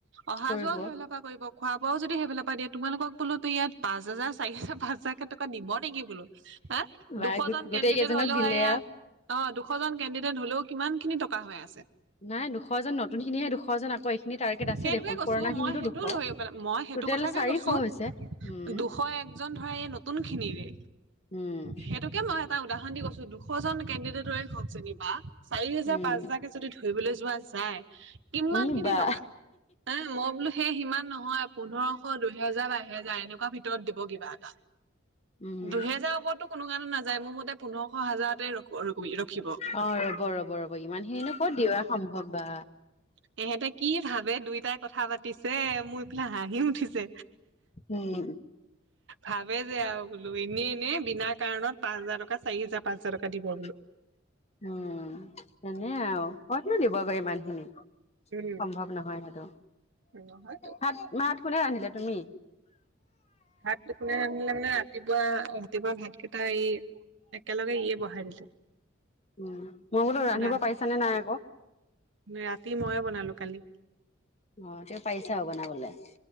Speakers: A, on the right; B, on the left.
A: অহা
B: কৰিব
A: যোৱাও সেইফালৰ পৰা কৰিব খোৱা বোৱাও যদি সেইফালৰ পৰা দিয়ে তোমালোকক বোলো তো ইয়াত পাঁচ হাজাৰ চাৰি হাজাৰ পাঁচ হাজাৰকে টকা দিব নেকি বোলো, হা
B: বা
A: দুশ
B: গো-
A: জন
B: গোটেই
A: কেণ্ডিডেট
B: কেইজনক
A: হলেও
B: দিলে
A: এয়া
B: আও
A: অ', দুশজন কেণ্ডিডেট হলেও কিমান খিনি টকা হৈ আছে।
B: নাই দুশজন নতুন খিনিহে দুশজন আকৌ এইখিনি টাৰ্গেট আছে
A: সেইটোকে
B: দেখোন
A: কৈছো
B: পুৰণা খিনিতো
A: মই সেইটো
B: দুশ।
A: ধৰি পেলাই মই সেইটো
B: টোটেল
A: কথাকে
B: চাৰিশ
A: কৈছো।
B: হৈছে উম
A: দুশ একজন ধৰা এই নতুন খিনিৰে,
B: উম
A: সেইটো কিয় মই এটা উদাহৰণ দি কৈছোঁ, দুশজন কেনডিডেটৰে হওঁক যেনিবা চাৰি হেজাৰ
B: উম
A: পাঁচ হাজাৰকে যদি ধৰিবলৈ যোৱা যায়, কিমান
B: ই
A: খিনি
B: বা
A: টকা, হা মই বোলো সেই সিমান নহয় পোন্ধৰশ, দুহেজাৰ বা এহেজাৰ এনেকুৱা ভিতৰত দিব কিবা এটা।
B: উম
A: দুহেজাৰৰ ওপৰতো কোনো কাৰণে নাযায় মোৰ মতে পোন্ধৰশ হাজাৰতে ৰ-ৰখিব।
B: অ', ৰ'ব, ৰ'ব, ৰ'ব, ইমান খিনি নো ক'ত দিওৱা সম্ভৱ বা।
A: সেহেঁতে কি ভাবে দুইটাই কথা পাতিছে মোৰ ইফালে হাঁহি উঠিছে।
B: উম।
A: ভাবে যে আৰু বোলো এনেই এনে বিনা কাৰণত পাঁচ হাজাৰ টকা চাৰি হাজাৰ পাঁচ হাজাৰ টকা দিব বোলো।
B: <inaudible> উম, এনে আৰু ক'তনো দিবগৈ ইমান খিনি, সম্ভৱ
A: উম
B: নহয় সেইটো,
A: নহয়তো
B: ভাত ভাত কোনে ৰান্ধিলে তুমি?
A: ভাত কোনে ৰান্ধিলে মানে ৰাতিপুৱা ৰাতিপুৱা ভাত কেইটা এই একেলগে ইয়ে বঢ়াই দিলে।
B: উম, মই বোলো
A: খুদা
B: ৰান্ধিব পাৰিছ নে নাই আকৌ।
A: ৰাতি ময়ে বনালো কালি।
B: অ', তেও পাৰিছা আৰু বনাবলে?